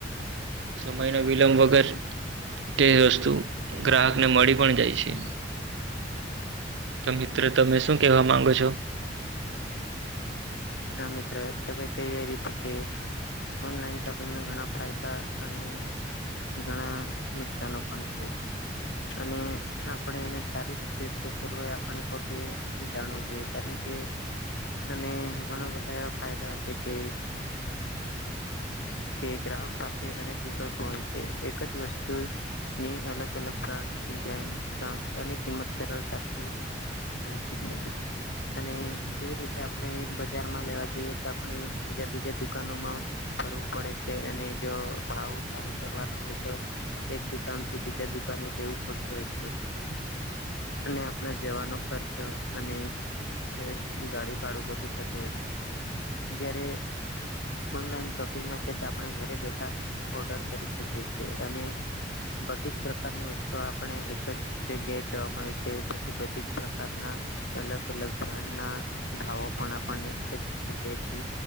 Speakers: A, on the right; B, on the left.
A: સમયનો વિલંબ વગર તે વસ્તુ ગ્રાહકને મળી પણ જાય છે. તો મિત્ર, તમે શું કેવા માંગો છો?
B: હા મિત્ર, તમે કયુ એ રીતે, કે ઓનલાઈન શોપિંગના ઘણા ફાયદા અને ઘણા નુકસાનો પણ છે. અને આપણે એનો સારી રીતે ઉપયોગ કરવો એ આપણે પોતે જાણવું જોઈએ, કારણ કે, અને ઘણા બધા એવા ફાયદા છે કે કે ગ્રાહક પાસે અનેક વિકલ્પો હોય છે. એક જ વસ્તુ ની અલગ અલગ બ્રાન્ડ, ડિઝઇન, રંગ અને કિંમત સરળતાથી જોઈ શકાય છે. અને જેવી રીતે આપણે બજારમાં લેવા જઈએ તો આપણે બીજા બીજા દુકાનોમાં ફરવું પડે છે, અને જો ભાવ તાલ કરવાનો હોય તો એક દુકાનથી બીજા દુકાને જવું પડતું હોય છે. અને આપણે જવાનો ખર્ચો, અને એ ગાડી ભાડું બધું થતું હોય છે, જ્યારે ઓનલાઈન શપિંગમાં છે તે આપણે ઘરે બેઠા ઓર્ડર કરી શકીએ છીએ. અને બધી જ પ્રકારની વસ્તુ આપણે એક જ જગ્યાએ જોવા મળે છે. પછી બધી જ પ્રકારના અલગ અલગ બ્રાન્ડના ભાવો પણ આપણને એક જ જગ્યાએથી